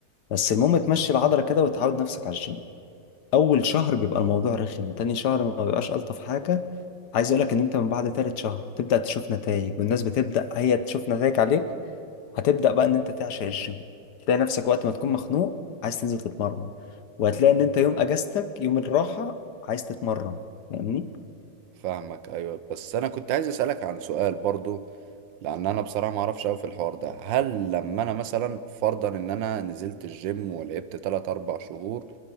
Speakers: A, on the left; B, on the right.
A: بس المهم تمشي العضله كده وتعود نفسك على الجيم اول شهر بيبقى الموضوع رخم تاني شهر ما بيبقاش الطف حاجه عايز اقول لك ان انت من بعد تالت شهر تبدا تشوف نتائج والناس بتبدا هي تشوف نتائج عليك هتبدأ بقى ان انت تعشق الجيم تلاقي نفسك وقت ما تكون مخنوق عايز تنزل تتمرن وهتلاقي ان انت يوم اجازتك يوم الراحة عايز تتمرن فاهمني
B: فاهمك ايوه بس انا كنت عايز اسألك عن سؤال برضو لان انا بصراحه ما اعرفش قوي في الحوار ده هل لما انا مثلا فرضا ان انا نزلت الجيم ولعبت 3 4 شهور